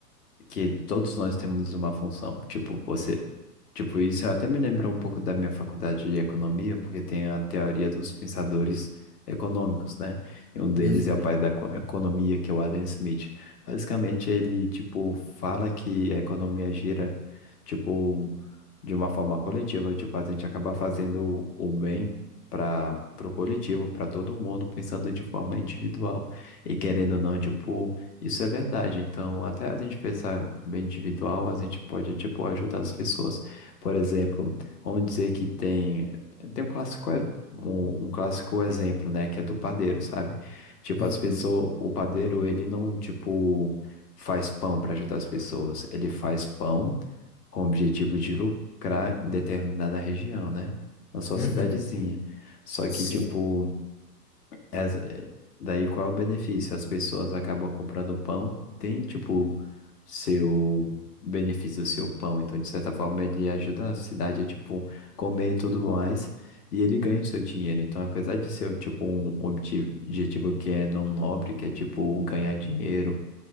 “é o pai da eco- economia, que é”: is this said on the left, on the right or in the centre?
Left